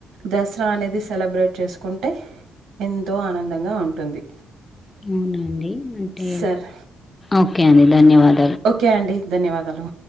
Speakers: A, on the right; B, on the left.
A: దసరా అనేది సెలబ్రేట్ చేసుకుంటే ఎంతో ఆనందంగా ఉంటుంది.
B: అవునండి, అంటే
A: సర్
B: ఓకే అండి ధన్యవాదా
A: ఓకే అండి ధన్యవాదాలు.